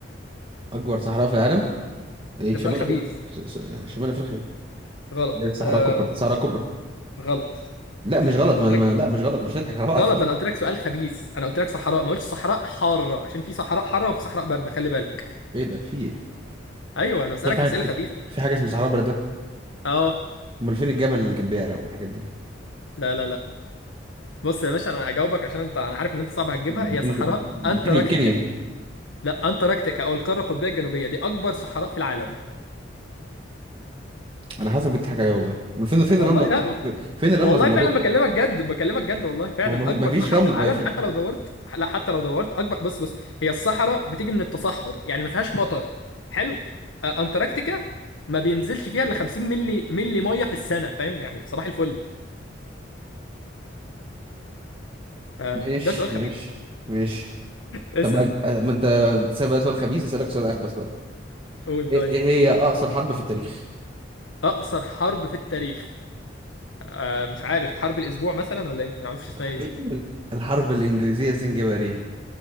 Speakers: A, on the right; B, on the left.
A: أكبر صحراء في العالم ايه
B: ده
A: شمال
B: سؤال خبيث
A: أفريقيا ش- ش- شمال أفريقيا
B: غلط
A: الصحراء
B: آه
A: الكبرى الصحراء الكبرى
B: غلط
A: لا مش غلط
B: أنا
A: ما...
B: قلت لك
A: ما... لا مش غلط مش هنضحك على بعض
B: غلط أنا قلت لك سؤال خبيث أنا قلت لك صحراء ما قلتش صحراء حارة عشان في صحراء حارة وفي صحراء باردة خلي بالك
A: <laughs> ايه ده في ايه
B: أيوه أنا بسألك
A: في
B: أسئلة
A: في
B: خبيثة
A: في حاجة اسمها صحراء بلد ده
B: أه
A: امال فين الجمل اللي كان بيعرق والحاجات دي
B: لا لا لا بص يا باشا أنا هجاوبك عشان أنت أنا عارف إن أنت صعب هتجيبها
A: انت-
B: هي صحراء أنتاركتيكا
A: كيني كيني
B: لا انتاركتيكا او القاره القطبيه الجنوبيه دي اكبر صحراء في العالم
A: انا حاسس بتضحك عليا والله من فين فين
B: والله
A: الرمله
B: لا
A: في... فين الرمله
B: والله
A: في الموضوع
B: فعلا بكلمك جد بكلمك جد والله فعلا
A: ما هو
B: اكبر
A: ما فيش
B: صحراء
A: رمله
B: في العالم
A: ما في...
B: حتى لو دورت لا حتى لو دورت اكبر بص بص هي الصحراء بتيجي من التصحر يعني ما فيهاش مطر حلو آه، انتاركتيكا ما بينزلش فيها الا 50 ملي ملي ميه في السنه فاهم يعني صباح الفل آه،
A: ماشي
B: ده سؤال خبيث
A: ماشي ماشي
B: اسال
A: طب ما ما انت بتسال بقى سؤال خبيث اسالك سؤال اخبث بقى
B: قول طيب
A: ايه إيه هي اقصر حرب في التاريخ
B: اقصر حرب في التاريخ آه، مش عارف حرب الاسبوع مثلا ولا ايه ما اعرفش اسمها ايه
A: <laughs> الحرب الانجليزيه الزنجباريه